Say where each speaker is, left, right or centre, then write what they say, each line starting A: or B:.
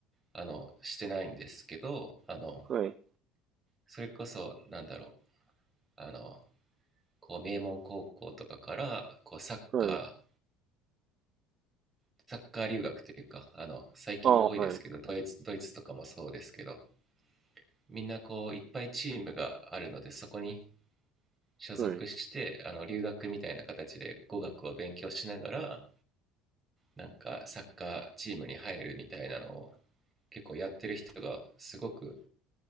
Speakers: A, on the right; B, on the right.
A: ー、あの、してないんですけど、あの、
B: はい、
A: それこそ、なんだろう、あの、こう、名門高校とかから、こう、サッカ
B: はい。
A: ー、サッカー留学というか、あの、最近も多いですけど、
B: ああ、はい、
A: ドイツ、ドイツとかもそうですけど、みんなこう、いっぱいチームがあるので、そこに所属して、
B: はい、はい。
A: あの、留学みたいな形で語学を勉強しながら、なんかサッカーチームに入るみたいなのを結構やってる人がすごく